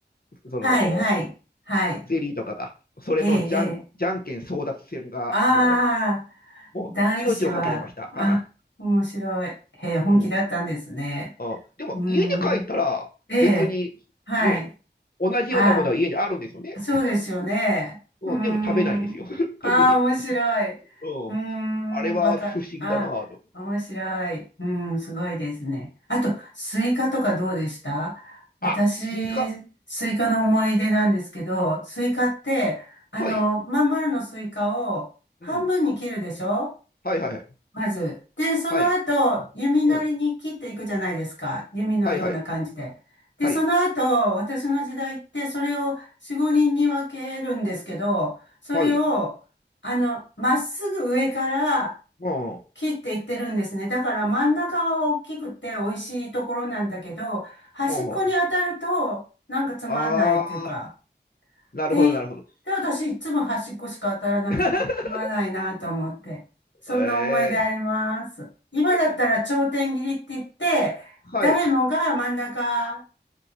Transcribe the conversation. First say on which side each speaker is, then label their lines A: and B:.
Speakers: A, on the left (about 55°); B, on the left (about 85°).
A: その、
B: はい、はい、はい。
A: ゼリーとかが。それのじゃん、
B: ええええ
A: じゃんけん争奪戦が、
B: ああ、
A: もう、もう命をかけてました。
B: 男子は、あ、
A: は
B: 面白い。へえ、本気だったんですね。
A: い。うん。あ、でも家に帰ったら別にね、
B: うーん。ええ、はい。
A: 同じようなものは家にあるんですよね。
B: ああ、そうですよね。
A: うん、
B: うーん。
A: でも食べないんですよ。<laughs>
B: ああ、
A: 特に。
B: 面白い。うーん、
A: うん。あれは不思議だなぁと。
B: わか、ああ、面白い。うーん、すごいですね。あと、
A: うん
B: スイカとかどうでした私、
A: あ、スイカ。
B: スイカの思い出なんですけど、スイカって、あの、
A: はい。
B: まん丸のスイカを半分に切るでしょ
A: うん。はいはいはい。
B: まず。で、その後、
A: はい。
B: 弓なりに切っていくじゃないですか。
A: うん。
B: 弓のような感じで。
A: はいはい。
B: で、
A: はい。
B: その後、私の時代って、それを4、5人に分けるんですけど、それを、
A: はい。
B: あの、まっすぐ上から
A: うん。う
B: 切っていってるんですね。だから真ん中は大きくて美味しいところなんだけど、端っこに当たると、
A: ん。
B: なんかつまんないっていうか、
A: ああー、なるほどなるほど。
B: で、で、私いつも端っこしか当たらなくてつまらないなと思って。
A: <laughs>
B: そんな思い出あります。
A: え
B: 今だったら頂点切りって言って、
A: ー、え、はい。
B: 誰もが真ん中、